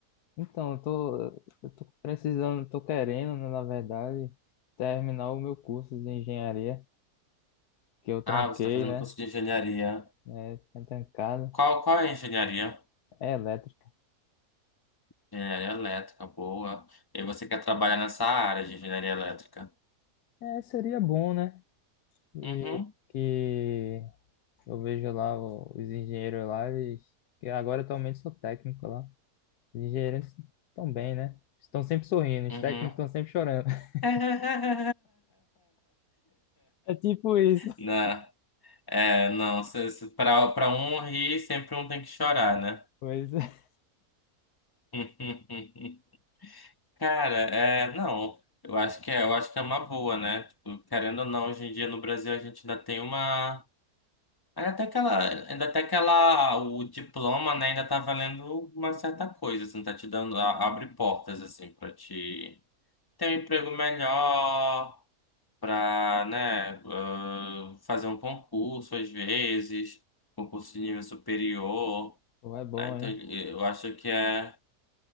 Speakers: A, on the left; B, on the left.
A: Então, eu tô, eu tô precisando, tô querendo, né, na verdade, terminar o meu curso de engenharia, que eu tranquei,
B: Ah, você tá fazendo
A: né?
B: curso de engenharia.
A: É, tinha trancado.
B: Qual, qual é a engenharia?
A: É elétrica.
B: Engenharia elétrica, boa. E você quer trabalhar nessa área de engenharia elétrica?
A: É, seria bom, né? E
B: Uhum,
A: que eu vejo lá o- os engenheiros lá, eles, que agora atualmente sou técnico lá. Os engenheiros estão bem, né? Estão sempre sorrindo, os
B: uhum.
A: técnicos estão sempre chorando. <laughs>
B: <laughs>
A: É tipo isso. <laughs>
B: Não, é, não, se- se- pra para um rir, sempre um tem que chorar, né?
A: Pois é.
B: <laughs> Cara, é, não, eu acho que é, eu acho que é uma boa, né? Tipo, querendo ou não, hoje em dia no Brasil a gente ainda tem uma, ainda até aquela, ainda até aquela, o diploma, né, ainda tá valendo uma certa coisa, assim, tá te dando, a- abre portas, assim, pra te ter um emprego melhor, para, né, ah, fazer um concurso às vezes, concurso de nível superior,
A: Pô, é bom,
B: né? Então
A: hein?
B: eu acho que é